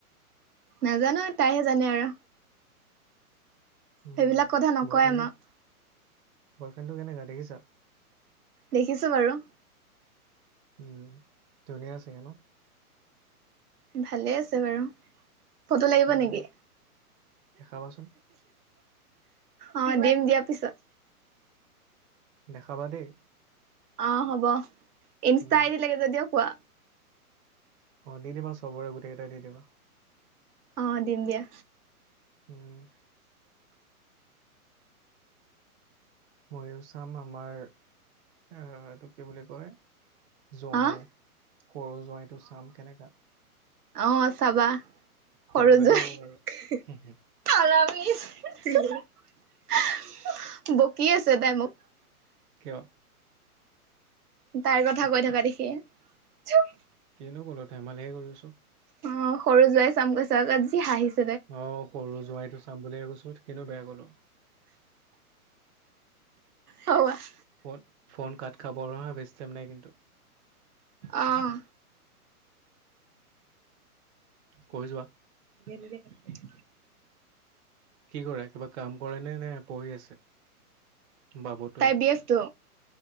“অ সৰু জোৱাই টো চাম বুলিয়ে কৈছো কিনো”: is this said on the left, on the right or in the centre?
Right